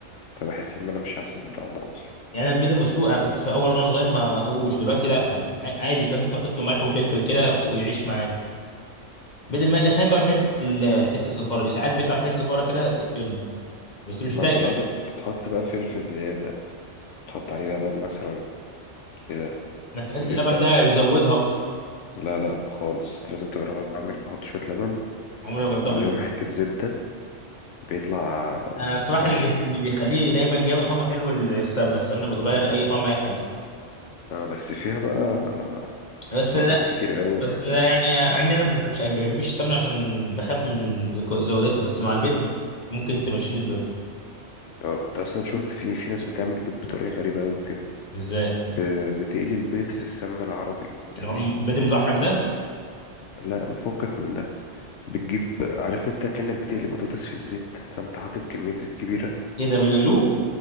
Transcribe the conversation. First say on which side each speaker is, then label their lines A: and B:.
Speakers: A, on the left; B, on the left.
A: فبحس ان انا مش حاسس بطعمه اصلا
B: يعني انا البيض المسلوق انا كنت في اول وانا صغير ما ما توهوش دلوقتي لا بل ع- عادي فاهم انت حط ملح وفلفل كده ويعيش معاك البيض المقلي خايف بقى من حته ال- حته الزفاره دي ساعات بيطلع في حته زفاره كده تقفلني بس مش
A: ما
B: دايما
A: انت بقى بت- بتحط بقى فلفل زياده بتحط عليه لبن مثلا كده
B: بس بحس
A: زبده
B: اللبن ده يزودها اكتر
A: لا لا خالص انت لازم تجربها بعمل بحط شويه لبن
B: عمري ما جربتها
A: وعليهم
B: بلبن
A: حته زبده بيطلع
B: انا الصراحه
A: هش
B: اللي بيخ-
A: كده
B: اللي بيخليه دايما جامد وطعمه حلو السمنه السمنه بتغير اي طعم اي حاجه
A: اه بس فيها بقى
B: بس
A: سعرات كتير قوي
B: بس
A: يعني
B: ده يعني عندنا مش مش ما بحبش السمنة عشان بخاف من زودتها بس مع البيض ممكن تمشي لي الدنيا
A: اه انت اصلا شفت في في ناس بتعمل بيض بطريقه غريبه قوي كده
B: ازاي
A: ب... بتقلي البيض في السمنه العربي يعني
B: اللي هو البيض المدحرج ده
A: لا مفكك من ده بتجيب عارف انت كأنك بتقلي بطاطس في الزيت فانت حاطط كميه زيت كبيره
B: ايه ده بيقولوه